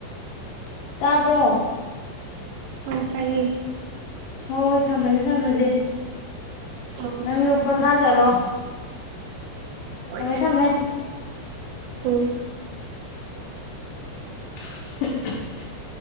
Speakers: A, on the left; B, on the right.
A: ꯇꯥꯕ꯭ꯔꯣ
B: ꯎꯝ ꯇꯥꯏꯌꯦ
A: ꯍꯣꯍꯣꯏ ꯊꯝꯃꯖꯦ ꯊꯝꯃꯖꯦ
B: ꯑꯥ
A: ꯅꯪꯖꯨ ꯄꯣꯊꯥ ꯖꯔꯣ
B: ꯍꯣꯏ
A: ꯊꯝꯃꯦ ꯊꯝꯃꯦ
B: ꯎꯝ
A: <unintelligible>